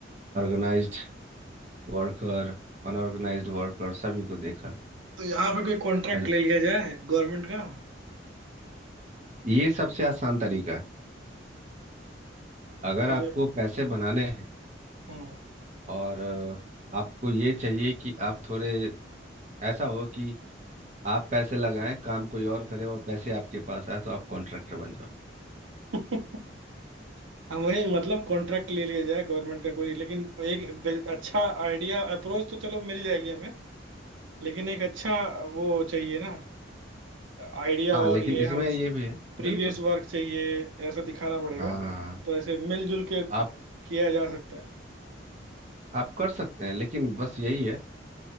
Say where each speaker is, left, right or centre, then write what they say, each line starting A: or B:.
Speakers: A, on the right; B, on the right.
A: ऑर्गेनाइज्ड वर्कर अनऑर्गेनाइज्ड वर्कर सभी को देखा
B: तो यहाँ पे कोई कॉन्ट्रैक्ट
A: और
B: ले लिया जाए गवर्नमेंट का
A: ये सबसे आसान तरीका है अगर
B: थोड़े
A: आपको पैसे बनाने हैं
B: हाँ
A: और अ, आपको ये चाहिए कि आप थोड़े ऐसा हो कि आप पैसे लगाएं काम कोई और करे और पैसे आपके पास आए तो आप कॉन्ट्रैक्टर बन जाओ
B: <laughs> हाँ वही मतलब कॉन्ट्रैक्ट ले लिया जाए गवर्नमेंट का कोई लेकिन एक बे- अच्छा आइडिया अप्रोच तो चलो मिल जाएगी हमें लेकिन एक अच्छा वो चाहिए ना आइडिया
A: हाँ
B: और
A: लेकिन
B: ये
A: इसमें
B: हम
A: ये भी है
B: प्रीवियस
A: बिल्कुल
B: वर्क चाहिए ऐसा दिखाना पड़ेगा
A: हाँ
B: तो ऐसे मिलजुल के
A: आप
B: किया जा सकता है
A: आप कर सकते हैं लेकिन बस यही है